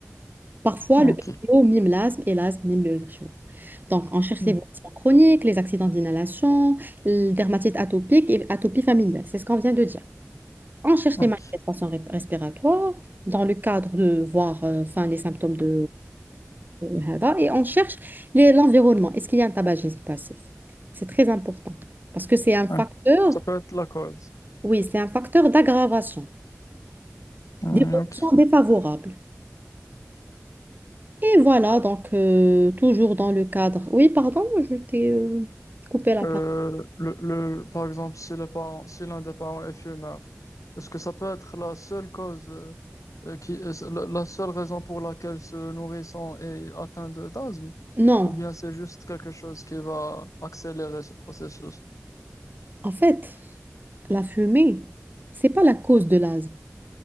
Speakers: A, on the right; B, on the left.
A: Parfois,
B: Ok.
A: le RGO mime l'asthme et l'asthme mime le RGO. Donc, on cherche
B: Hmm.
A: les voisins chroniques, les accidents d'inhalation, la dermatite atopique et atopie familiale. C'est ce qu'on vient de dire. On cherche
B: Ok.
A: les manifestations ré- respiratoires dans le cadre de voir euh, enfin, les symptômes de euh, HADA et on cherche les- l'environnement. Est-ce qu'il y a un tabagisme passif? C'est très important parce que c'est un
B: Ouais.
A: facteur,
B: Ça peut être la cause.
A: oui, c'est un facteur d'aggravation,
B: Hmm,
A: d'évolution
B: Ok.
A: défavorable. Et voilà, donc euh, toujours dans le cadre. Oui, pardon, je t'ai euh, coupé la
B: Euh,
A: parole.
B: le, le- par exemple, si le parent, si l'un des parents est fumeur, est-ce que ça peut être la seule cause, euh, euh, qui, euh, la, la seule raison pour laquelle ce nourrisson est atteint de- d'asthme?
A: Non,
B: Ou bien c'est juste quelque chose qui va accélérer ce processus,
A: en fait, la fumée, c'est pas la cause de l'asthme.